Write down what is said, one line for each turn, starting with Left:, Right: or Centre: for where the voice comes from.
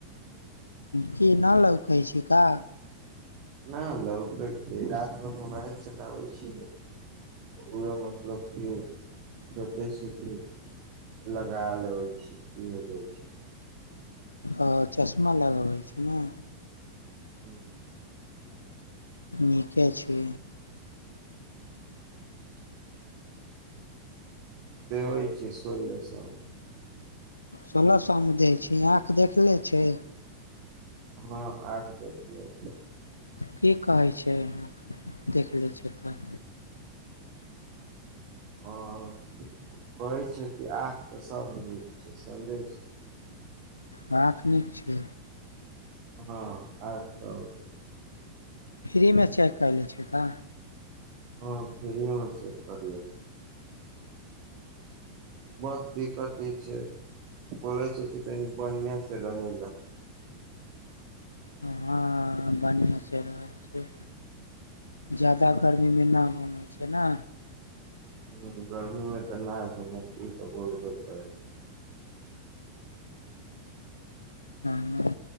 Left: की नहि लौकै छै का
Right: न लोके छै रति भर मोबाइल चलाबै छै ने ओए मतलब कि सोचै छै कि लगा लेबै छी जाइ
Left: आ चश्मा लगाबै छी ने
Right: छै
Left: नीके छी
Right: दे होइ छै सोलह सो
Left: सोलह सो मे दै छै आँख देखले छै
Right: हँ आज देख ल छै
Left: की कहै छै एहिमे देख लै छैय तऽ
Right: हा हाँ कहै छै कि आख तऽ सभ नीक छै समझै छै
Left: राख नीक छै
Right: हँ आँख सब
Left: फ्रीमे चेक कऽ लै छिय तऽ
Right: हँ फिरि मे चेक करले छै बस दिक्कत ई छै बोलै छै कि तनि बढिया से रहै ला
Left: हँ बढिया से रहै छै ज्यादा गर्मी मे ना घूमै छै ना
Right: ह गर्मी मे तऽ नहि घुमे ई तऽ बोलबे करै छै
Left: हँ